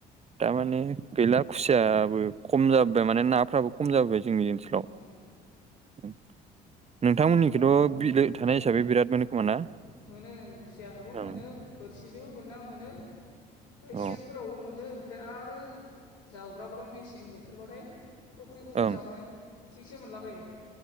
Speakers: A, on the right; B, on the left.
A: थारमाने गैला खुसियाबो खम जाबोबाय माने नाफ्राबो खम जाबोबाय जोंनि सोलाव
B: अ
A: उम नोंथांमोननिखौथ'
B: जोंनियाव
A: बिलो
B: मोनो
A: थानाय हिसाबै बिराद मोनो खोमा ना?
B: मोनो खुसियाखोबो
A: ओं
B: मोनो बोरसिजोंबो बोनना मोनो
A: अ
B: सेन फोरावबो मोनो ओमफ्राय आरो जावग्राबो दं मेसें बोथोर बाथाय। फख्रि फख्रि
A: ओं
B: जावनानै थिगसे मोनलाबायो।